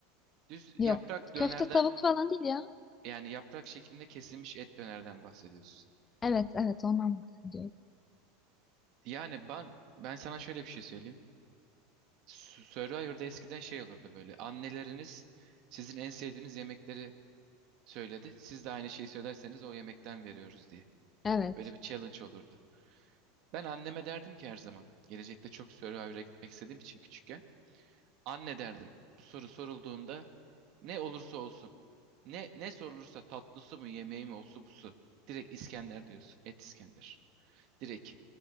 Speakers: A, on the right (about 50°); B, on the left (about 20°).
A: Düz yaprak
B: Yok,
A: dönerden
B: köfte tavuk falan değil ya.
A: yani yaprak şeklinde kesilmiş et dönerden bahsediyorsun.
B: Evet, evet, ondan bahsediyorum.
A: Yani ben ben sana şöyle bir şey söyleyeyim. Su- Survivor'da eskiden şey olurdu böyle. Anneleriniz sizin en sevdiğiniz yemekleri söyledi. Siz de aynı şeyi söylerseniz o yemekten veriyoruz diye.
B: Evet,
A: Böyle bir challenge olurdu. Ben anneme derdim ki her zaman. Gelecekte çok Survivor'a gitmek istediğim için küçükken. Anne derdim. Bu soru sorulduğunda ne olursa olsun. Ne ne sorulursa tatlısı mı yemeği mi olsa busu. Direkt İskender diyorsun. Et İskender. Direkt.